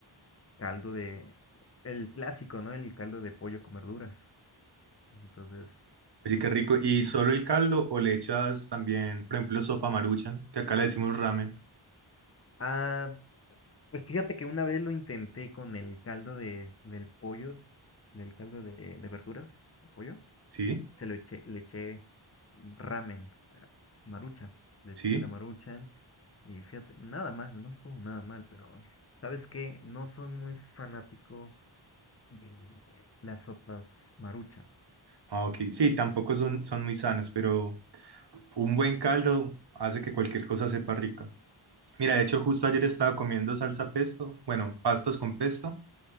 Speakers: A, on the left; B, on the right.
A: Caldo de... El clásico, ¿no? El caldo de pollo con verduras. Entonces,
B: Oye, qué
A: este...
B: rico. ¿Y solo el caldo o le echas también, por ejemplo, sopa maruchan, que acá le decimos ramen?
A: Ah, pues fíjate que una vez lo intenté con el caldo de, del pollo, del caldo de, de verduras, de pollo
B: Sí,
A: se lo eché, le eché ramen, ah, marucha, le eché
B: sí.
A: la marucha y fíjate, nada mal, no estuvo nada mal, pero ¿sabes qué? No soy muy fanático de las sopas marucha.
B: Ah, ok. Sí, tampoco son, son muy sanas, pero... Un buen caldo hace que cualquier cosa sepa rica. Mira, de hecho, justo ayer estaba comiendo salsa pesto, bueno, pastas con pesto,